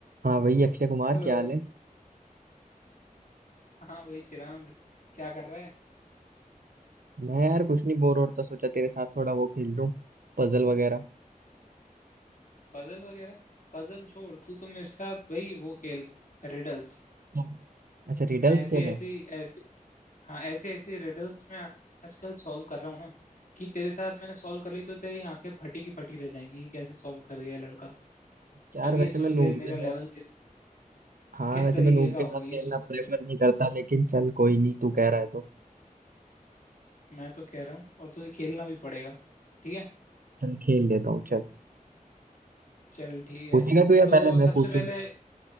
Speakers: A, on the right; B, on the left.
A: हाँ वही अक्षय कुमार
B: Hello
A: क्या हाल है
B: हाँ भाई चिरांद क्या कर रहा है
A: मैं यार कुछ नहीं बोर हो रहा था सोचा तेरे साथ थोड़ा वो खेल लूं पजल वगैरह
B: पजल वगैरह पजल छोड़ तू तो मेरे साथ भाई वो खेल रिडल्स
A: Yes. अच्छा रिडल्स
B: मैं ऐसी
A: खेले
B: ऐसी ऐसी हाँ ऐसे ऐसे रिडल्स में आजकल सॉल्व कर रहा हूँ ना कि तेरे साथ मैंने सॉल्व कर ली तो तेरी आंखें फटी की फटी रह जाएंगी कि कैसे सॉल्व कर गया ये लड़का
A: यार
B: अब ये
A: वैसे
B: सोच
A: मैं नूब
B: ले मेरा
A: के साथ
B: लेवल किस
A: हाँ
B: किस
A: वैसे
B: तरीके
A: मैं नूब
B: का
A: के साथ
B: होगा ये
A: खेलना
B: सोच
A: प्रेफर
B: ले तो
A: नहीं करता लेकिन चल कोई नहीं तू कह रहा है तो
B: मैं तो कह रहा हूँ और तुझे खेलना भी पड़ेगा ठीक है
A: चल खेल लेता हूँ चल
B: चल ठीक
A: पूछेगा
B: है
A: तू या
B: तो
A: पहले मैं
B: सबसे
A: पूछूं
B: पहले